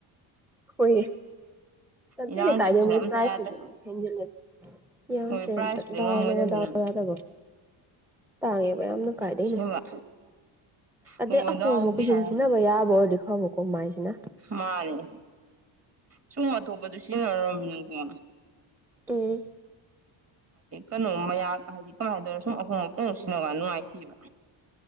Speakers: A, in the centre; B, on the right.
A: ꯍꯣꯏꯌꯦ ꯆꯠꯇ꯭ꯔꯦꯗꯤ
B: ꯏꯔꯥꯡ
A: ꯀꯥꯏꯗꯦ
B: ꯇꯧꯕꯁꯤꯅ
A: ꯃꯣꯏ
B: ꯑꯝꯇ
A: ꯄ꯭ꯔꯥꯏꯖꯨꯗꯤ
B: ꯌꯥꯗ꯭ꯔꯦ
A: ꯍꯦꯟꯖꯤꯜꯂ ꯌꯥꯗ꯭ꯔꯦ
B: ꯍꯣꯏ ꯄ꯭ꯔꯥꯏꯖꯇꯨꯗꯤ
A: ꯑꯝꯇ ꯗꯥꯎꯅꯒ
B: ꯉꯝꯃꯣꯏꯗꯃꯤꯅ
A: ꯗꯥꯎ ꯌꯥꯗꯕ ꯇꯥꯡꯉꯦꯕ ꯌꯥꯝꯅ ꯀꯥꯏꯗꯩꯅꯣ
B: ꯑꯁꯦꯡꯕ
A: ꯑꯗꯩ
B: ꯍꯣ
A: ꯑꯍꯣꯡꯕ
B: ꯗꯥꯎꯒꯤ
A: ꯀꯣꯏꯁꯤꯟ
B: ꯍꯥꯏꯔ
A: ꯁꯤꯖꯤꯟꯅꯕ ꯌꯥꯕ ꯑꯣꯏꯔꯗꯤ ꯕꯀꯣ ꯃꯥꯏꯁꯤꯅ
B: ꯃꯥꯅꯦ ꯁꯨꯝ ꯑꯇꯣꯞꯄꯗ ꯁꯤꯖꯤꯟꯅꯔꯃꯤ ꯅꯪꯀꯣ
A: ꯎ
B: ꯀꯩꯅꯣ ꯃꯌꯥ ꯍꯥꯏꯗꯤ ꯀꯃꯥꯏꯅ ꯇꯧꯔꯦ ꯁꯨꯝ ꯑꯍꯣꯡꯕꯄꯨꯡ ꯅꯨꯡ ꯁꯤꯟꯅꯒ ꯅꯨꯡꯉꯥꯏꯇꯦꯕ